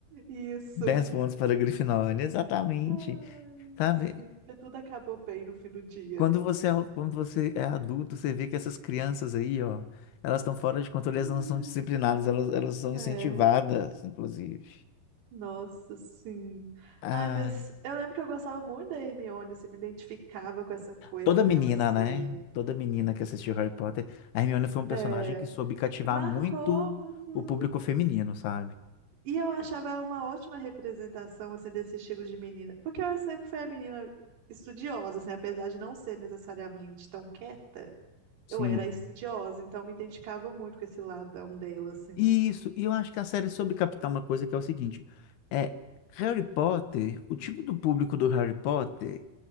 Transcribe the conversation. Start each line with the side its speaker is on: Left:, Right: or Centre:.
Right: Isso.
Left: dez pontos para a Grifinória, exatamente.
Right: Ai,
Left: Sabe?
Right: sim, porque tudo acabou bem no fim do dia.
Left: Quando você é, quando você é adulto, você vê que essas crianças aí, ó, elas estão fora de controle, elas
Right: Ai,
Left: não são disciplinadas, elas, elas são
Right: é.
Left: incentivadas, inclusive.
Right: Nossa, sim.
Left: Ai,
Right: Ai, mas eu lembro que eu gostava muito da Hermione, assim, me identificava com essa coisa
Left: toda
Right: dela
Left: menina,
Right: ser
Left: né? Toda menina que assistiu Harry Potter, a Hermione foi um personagem
Right: É,
Left: que soube cativar
Right: que marcou,
Left: muito
Right: uhum.
Left: o público feminino, sabe?
Right: E eu achava ela uma ótima representação assim desse estilo de menina, porque ela sempre foi a menina estudiosa, assim, apesar de não ser necessariamente tão quieta,
Left: Sim.
Right: eu era estudiosa, então me identificava muito com esse ladão dela, assim.
Left: Isso, e eu acho que a série soube captar uma coisa que é o seguinte, é Harry Potter, o tipo do público do Harry Potter